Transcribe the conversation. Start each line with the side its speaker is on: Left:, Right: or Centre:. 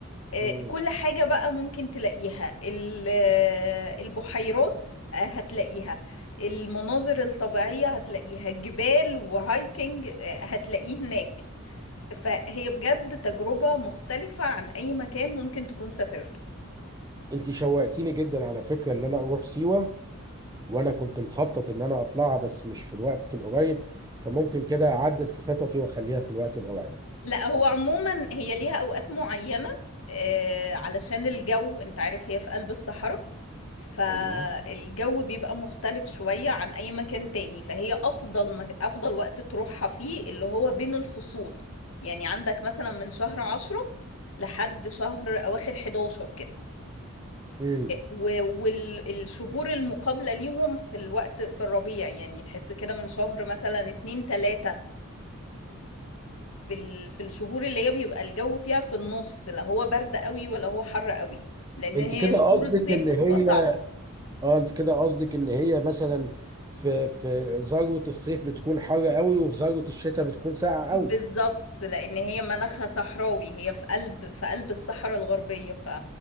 Left: آه،
Right: مم.
Left: كل حاجة بقى ممكن تلاقيها ال- آه، البحيرات آه، هتلاقيها المناظر الطبيعية هتلاقيها جبال وهايكنج آه، هتلاقيه هناك فهي بجد تجربة مختلفة عن أي مكان ممكن تكون سافرته
Right: انت شوقتيني جدا على فكره ان انا اروح سيوه وانا كنت مخطط ان انا اطلعها بس مش في الوقت القريب فممكن كده اعدل في خططي واخليها في الوقت القريب
Left: لا هو عموما هي ليها اوقات معينة آه، علشان الجو انت عارف هي في قلب الصحراء فالجو
Right: ايوه
Left: بيبقى مختلف شوية عن اي مكان تاني فهي افضل مك... افضل وقت تروحها فيه اللي هو بين الفصول يعني عندك مثلا من شهر عشرة لحد شهر اواخر 11 كده
Right: امم
Left: والشهور المقابلة ليهم في الوقت في الربيع يعني تحس كده من شهر مثلا اتنين تلاتة في ال... في الشهور اللي هي بيبقى الجو فيها في النص لا هو برد قوي ولا هو حر قوي لان
Right: انت
Left: هي
Right: كده
Left: شهور
Right: قصدك
Left: الصيف
Right: ان
Left: بتبقى
Right: هي
Left: صعبة
Right: اه انت كده قصدك ان هي مثلا في في ذروة الصيف بتكون حر قوي وفي ذروة الشتاء بتكون ساقعة
Left: بالظبط
Right: قوي
Left: لان هي مناخها صحراوي هي في قلب في قلب الصحراء الغربية ف...